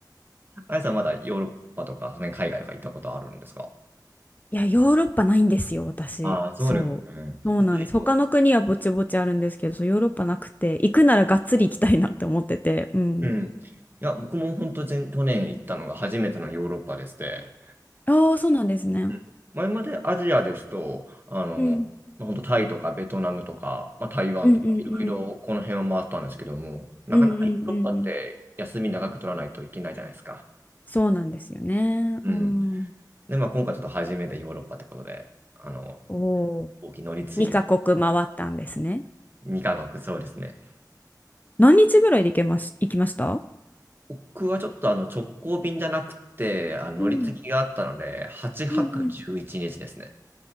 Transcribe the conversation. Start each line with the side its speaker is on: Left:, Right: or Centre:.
Right: あやさんまだヨーロッパとか、その辺海外とか行ったことあるんですか
Left: いや、ヨーロッパないんですよ、私。
Right: ああ、そうですね。
Left: そう。そうなんです。
Right: でそいうと、
Left: 他の国はぼちぼちあるんですけど、そう、ヨーロッパなくて、行くならがっつり行きたいなって思ってて。うん。
Right: うん。いや、僕も本当、前去年行ったのが初めてのヨーロッパでして、
Left: ああ、そうなんですね。
Right: うん前までアジアですと、あの、
Left: うん
Right: まあ、本当タイとかベトナムとか、まあ、台湾とか、
Left: うんうんうん
Right: いろいろこの辺は回ったんですけども、なかなかヨーロッパって休み長く取らないといけないじゃないですか。
Left: うんうんうんうんそうなんですよね。
Right: うん。
Left: うん。
Right: で、まあ、今回ちょっと初めてヨーロッパってことで、あの、
Left: おお、
Right: 大きい乗り継いで
Left: 2カ国回ったんですね。
Right: 2カ国、そうですね。
Left: 何日ぐらいで行けまし、行きました
Right: 僕はちょっとあの直行便じゃなくて、あの乗り継ぎがあったので、
Left: うん
Right: 8泊11日ですね。
Left: うんうん